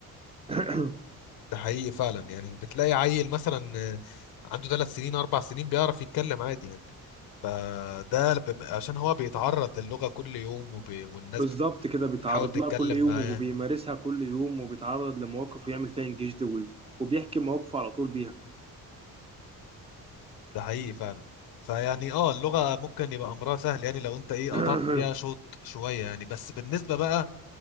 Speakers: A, on the right; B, on the left.
A: <coughs>
B: ده حقيقي فعلا يعني بتلاقي عيل مثلا آه، عنده ثلاث سنين أربع سنين بيعرف يتكلم عادي يعني فده ب- عشان هو بيتعرض للغة كل يوم وب... والناس
A: بالظبط كده بيتعرض
B: بتحاول تتكلم
A: لها كل يوم
B: معاه
A: وبيمارسها كل يوم وبيتعرض لمواقف ويعمل فيها انجاز دوي وبيحكي مواقفه على طول بيها
B: ده حقيقي فعلا فيعني اه اللغة ممكن يبقى أمرها سهل يعني لو أنت إيه
A: <clears throat>
B: قطعت فيها شوط شوية يعني بس بالنسبة بقى